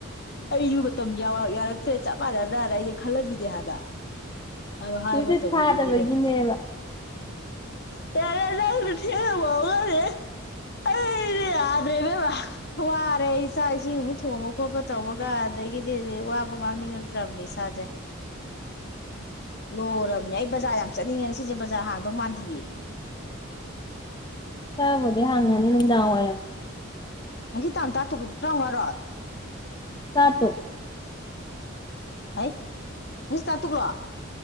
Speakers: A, on the left; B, on the left.
A: ꯑꯩꯁꯨ ꯃꯇꯝ ꯌꯥꯔꯛꯇ꯭ꯔꯦ ꯆꯞ ꯃꯥꯟꯅꯗꯥꯅ ꯑꯩꯗꯤ ꯈꯜꯂꯝꯃꯤꯅꯦ ꯍꯥꯏꯕ ꯍꯥꯏꯕꯒ
B: ꯇꯨꯏꯁꯟ
A: ꯇꯨꯕꯒꯕꯨ
B: ꯐꯥꯗꯕꯒꯤꯅꯦꯕ
A: ꯎꯨꯏ ꯂꯩꯔꯝꯃꯦ ꯇꯔꯦ ꯍ ꯊꯒꯅꯦꯦ <inaudible> ꯑꯩꯗꯤ ꯌꯥꯗꯔꯦꯗꯅ ꯋꯥꯔꯦ ꯏꯆꯥ ꯏꯁꯤꯡꯃꯨꯛ ꯊꯣꯡꯕ ꯈꯣꯠꯄ ꯇꯧꯕꯒ ꯑꯗꯒꯤꯗꯤ ꯋꯥꯕ ꯉꯥꯡꯅꯤꯡꯉꯗ꯭ꯔꯕꯅꯦ ꯏꯁꯥꯁꯦ ꯂꯣꯏꯔꯕꯅꯦ ꯑꯩ ꯕꯖꯥꯔ ꯌꯥꯝ ꯆꯠꯅꯤꯡꯉꯦ ꯁꯤꯁꯦ ꯕꯖꯥꯔ ꯍꯥꯡꯗꯧ ꯃꯥꯟꯗꯌꯦ
B: ꯆꯕꯗꯦ ꯍꯥꯡꯉꯅꯤ ꯅꯗꯥꯔꯝ
A: ꯉꯁꯤ ꯇꯥꯡ ꯇꯔꯥ ꯇꯨꯛ ꯇꯔꯥꯃꯉꯥꯔꯣ
B: ꯇ ꯇꯣ
A: ꯍ ꯃꯤꯁ ꯇꯥꯇꯨꯛꯂꯣ